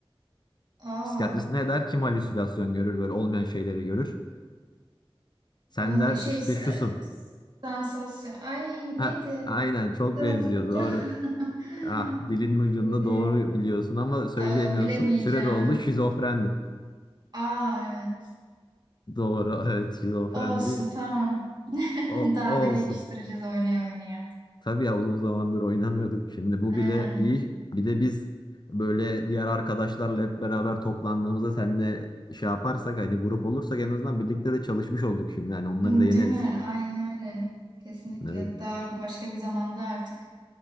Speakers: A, on the right (about 45°); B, on the left (about 45°).
A: Aa.
B: Psikiyatrist ne der? Kim halüsinasyon görür? Böyle olmayan şeyleri görür. Sen
A: Olma
B: der
A: şey
B: işte
A: sa-
B: şusun.
A: sansasyon. Ay
B: Ha,
A: neydi?
B: aynen çok
A: Dur
B: benziyor
A: hatırlayacağım.
B: doğru.
A: <laughs>
B: Ah dilinin ucunda
A: Ee,
B: doğru biliyorsun ama söyleyemiyorsun.
A: aa, bilemeyeceğim.
B: Süre doldu şizofrendi.
A: Aa evet.
B: Doğru, evet şizofrendi.
A: Olsun tamam. <laughs>
B: O,
A: Daha
B: o
A: da geliştireceğiz
B: olsun.
A: oynaya oynaya.
B: Tabii ya uzun zamandır oynamıyorduk. Şimdi bu
A: Aynen.
B: bile iyi. Bir de biz böyle diğer arkadaşlarla hep beraber toplandığımızda seninle şey yaparsak hani grup olursak en azından birlikte de çalışmış olduk şimdi. Yani onları
A: Değil
B: da yeneriz.
A: mi? Aynen öyle. Kesinlikle.
B: Evet,
A: Daha başka bir zamanda artık